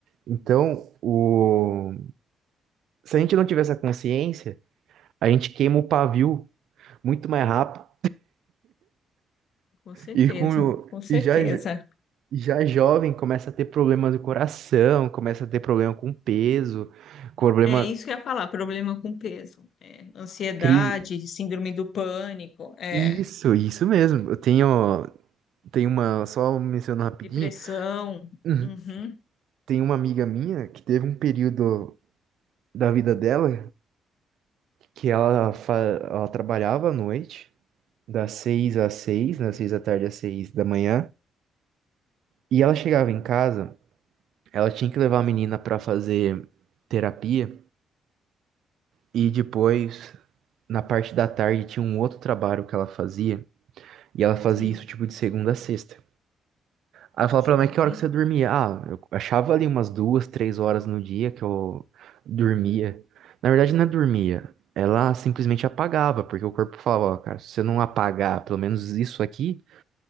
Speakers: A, on the right; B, on the left.
A: Então, o... se a gente não tiver essa consciência, a gente queima o pavio muito mais rápido
B: Com certeza,
A: e, com...
B: com certeza.
A: e já Já jovem começa a ter problema do coração, começa a ter problema com peso, problema
B: É isso que eu ia falar, problema com peso, é, ansiedade,
A: crise.
B: síndrome do pânico, é,
A: Isso, isso mesmo. Eu tenho, tenho uma, só mencionando rapidinho,
B: depressão.
A: Uhum.
B: Uhum,
A: tem uma amiga minha que teve um período da vida dela que ela, fa- ela trabalhava à noite, das seis às seis, das seis da tarde às seis da manhã, e ela chegava em casa, ela tinha que levar a menina para fazer terapia. E depois, na parte da tarde, tinha um outro trabalho que ela fazia. E ela fazia
B: sim,
A: isso tipo de segunda a sexta. Aí eu falava
B: poxa
A: pra ela,
B: vida,
A: mas que hora
B: hein?
A: que você dormia? Ah, eu achava ali umas duas, três horas no dia que eu dormia. Na verdade, não é dormia. Ela simplesmente apagava, porque o corpo falava, ó, cara, se você não apagar pelo menos isso aqui,